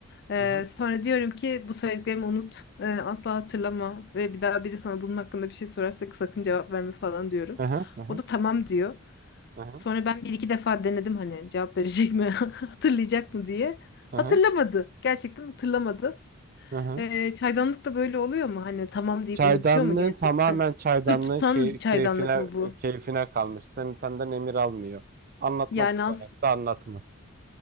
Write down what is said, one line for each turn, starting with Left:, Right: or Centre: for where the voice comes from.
Left: Ee,
Right: Hı hı.
Left: sonra diyorum ki bu söylediklerimi unut. Ee, asla hatırlama. Ve bir daha biri sana bunun hakkında bir şey sorarsa sakın cevap verme falan diyorum.
Right: Hı hı hı
Left: O da tamam diyor.
Right: hı hı
Left: Sonra ben bir iki defa denedim hani cevap verecek mi? <laughs> Hatırlayacak mı diye.
Right: hı
Left: Hatırlamadı.
Right: hı hı.
Left: Gerçekten hatırlamadı.
Right: hı
Left: Ee, çaydanlık da böyle oluyor mu? Hani tamam deyip
Right: Çaydanlığın
Left: unutuyor mu gerçekten?
Right: tamamen çaydanlığın
Left: Sır tutan
Right: key-
Left: bir çaydanlık
Right: keyfine
Left: mı bu?
Right: keyfine kalmış. Sen senden emir almıyor. Anlatmak
Left: Yani
Right: istemezse
Left: as
Right: anlatmaz.